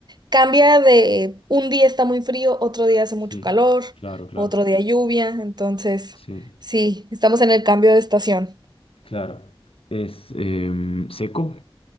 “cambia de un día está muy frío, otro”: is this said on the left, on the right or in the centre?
Right